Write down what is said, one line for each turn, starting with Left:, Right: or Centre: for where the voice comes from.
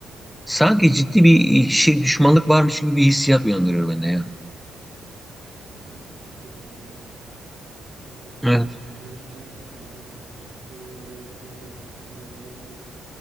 Centre: sanki ciddi bir şey düşmanlık varmış gibi bir hissiyat uyandırıyor bende ya.
Right: İlginç bir durum abi ya. E, gerçekten
Centre: Evet.
Right: hani ilişkiler bazen e, farklı yerlere gidebiliyor, farklı şeyler olabiliyor.